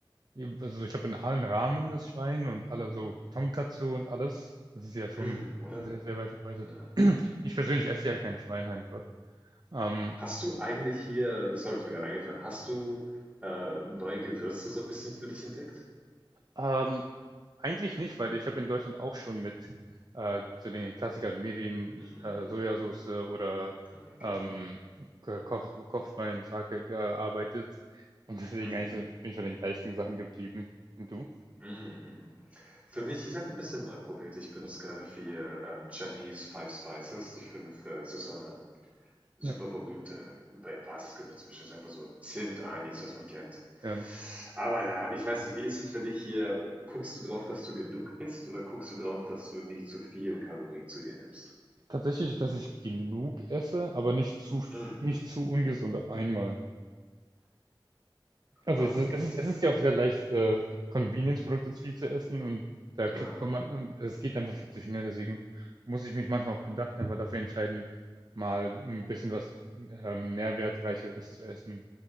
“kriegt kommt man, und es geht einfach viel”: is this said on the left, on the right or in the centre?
Right